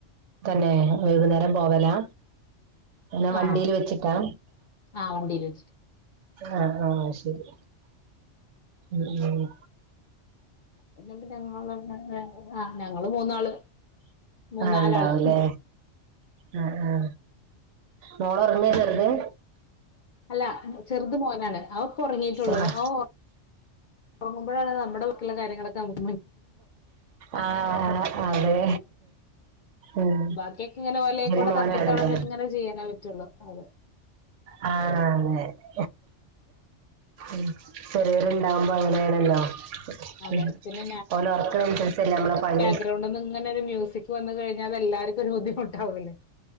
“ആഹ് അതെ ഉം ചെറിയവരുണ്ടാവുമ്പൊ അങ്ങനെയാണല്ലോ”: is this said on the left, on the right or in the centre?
Right